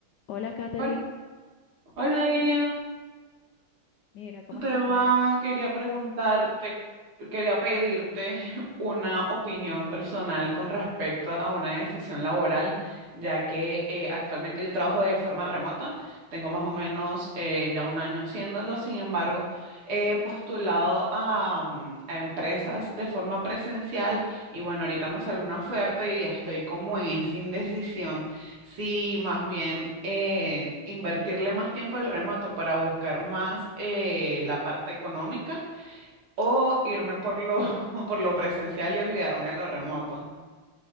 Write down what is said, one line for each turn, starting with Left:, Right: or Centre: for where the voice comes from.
Left: Hola, Katherine.
Right: Hol- Hola, Iria,
Left: Mira, ¿cómo
Right: ¿cómo
Left: estás?
Right: te va?
Left: ¿Cómo?
Right: Quería preguntarte, quería pedirte <laughs> una opinión personal con respecto a una decisión laboral, ya que eh, actualmente yo trabajo de forma remota, tengo más o menos eh, ya un año haciéndolo, sin embargo, he postulado a, mm, a empresas de forma presencial y bueno, ahorita me salió una oferta y estoy como en esa indecisión Sí, más bien eh, invertirle más tiempo al remoto para buscar más eh, la parte económica o irme por lo, <laughs> por lo presencial y olvidarme de lo remoto.